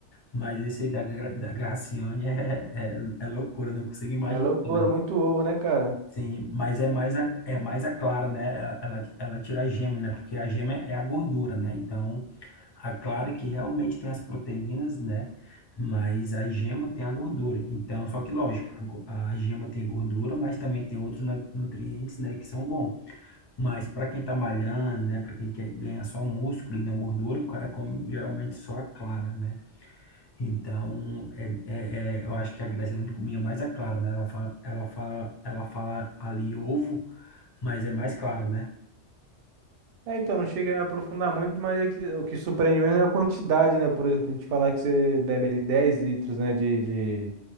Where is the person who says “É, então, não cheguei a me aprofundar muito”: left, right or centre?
Right